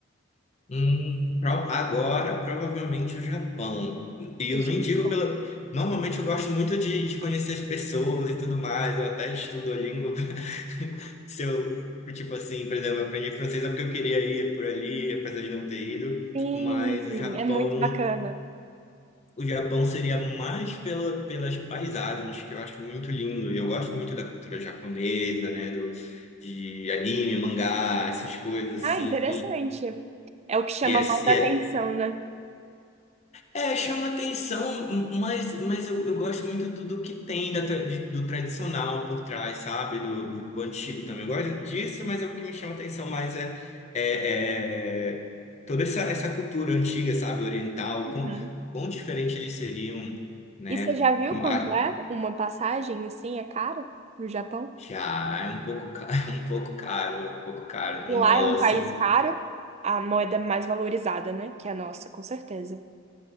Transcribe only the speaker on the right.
Japão.
Sim,
é muito bacana.
Ah,
interessante. É o que chama
mais atenção,
né?
Uhum.
E você já viu quanto
é uma passagem, assim, é caro pro Japão?
E
lá
é um
país caro, a moeda mais valorizada, né? Que é a nossa, com certeza.